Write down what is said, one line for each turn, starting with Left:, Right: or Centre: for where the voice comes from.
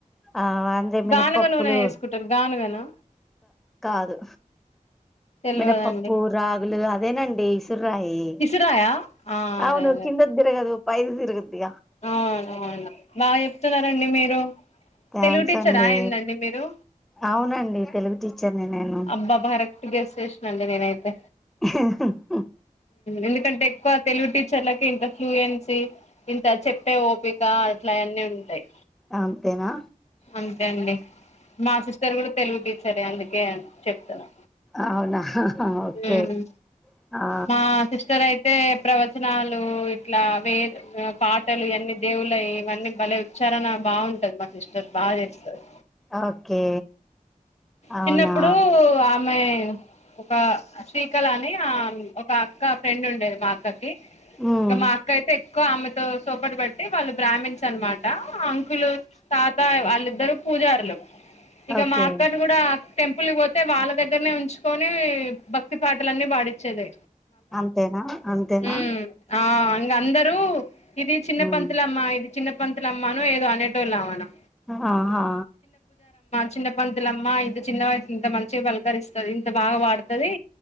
Centre: ఆ అంటే మినపప్పులు
Left: గానుగ నూనె వేసుకుంటారు గానుగనా
Centre: కాదు
Left: తెల్వదండి
Centre: మినపపప్పులు రాగులు అదేనండి ఇసురయి
Left: ఇసురాయా ఆ
Centre: అవును
Left: అదే అదే
Centre: కిందకు దిరగదు పైకి తిరుగుద్ది
Left: అవునవును బాగా చెప్తున్నారండి మీరు
Centre: థ్యాంక్స్
Left: తెలుగు టీచర్
Centre: అండి
Left: ఆ ఏందండి మీరు
Centre: అవునండి తెలుగు టీచర్ని నేను
Left: అబ్బాబా కరెక్ట్ గెస్ చేసిన అండి నేనైతే
Centre: హి
Left: ఎందుకంటే ఎక్కువ తెలుగు టీ చర్లకి ఇంత ఫ్లూయెన్సీ ఇంత చెప్పే ఓపిక అట్లా అన్నీ ఉంటాయి
Centre: అంతేనా
Left: అంతే అండి మా సిస్టర్ కూడా తెలుగు టీచరే అందుకే చెప్తున్నా
Centre: అవునా ఓకే
Left: ఉమ్
Centre: ఆ
Left: మా సిస్టర్ అయితే ప్రవచనాలు ఇట్లా వే పాటలు అన్ని దేవుల ఇవన్నీ బ చరనా బాగుంటది మా సిస్టర్ బాగా చేస్తారు
Centre: ఓకే అవునా
Left: చిన్నప్పుడు ఆమె ఒక కాల ని ఆ ఒక అక్క ఫ్రెండ్ ఉండేది మా అక్కకి
Centre: ఉమ్
Left: ఇక మా అక్క అయితే ఎక్కువ ఆమెతో సోపతి బట్టి వాళ్ళు బ్రాహ్మిన్స్ అనమాట అంకులు తాత వాళ్ళిద్దరు పూజారులు ఇగ
Centre: ఓకే
Left: మా అక్క టెంపుల్కి పోతే వాళ్ళ దగ్గరనే ఉంచుకొని భక్తి పాటలన్నీ పాడిచేది
Centre: అంతేనా అంతేనా
Left: ఉం ఆ ఇంగ అందరు ఇది చిన్న
Centre: ఉమ్
Left: పంతులమ్మా ఇది చిన్న పంతులఅమ్మను ఎదో అనే టోళ్ళ అమను
Centre: ఆహా హా
Left: చిన్న పంతులమ్మా ఇంత చిన్న వయసు ఇంత మంచిగా బలకరిస్తుంది ఇంత బాగా పాడుతుది